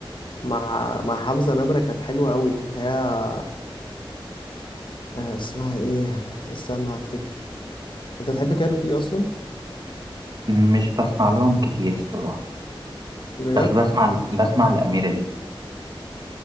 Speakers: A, on the left (about 60°); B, on the right (about 50°).
A: مع مع حمزة نمرة كانت حلوة قوي اللي هي آه، اسمها ايه استنى هفتكر انت بتحب كاروكي اصلا
B: مش بسمع لهم كتير الصراحة
A: بجد
B: بس بسمع بسمع لأمير عيد